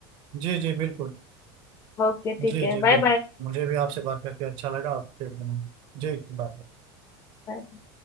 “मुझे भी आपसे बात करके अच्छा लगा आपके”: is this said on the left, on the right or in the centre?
Right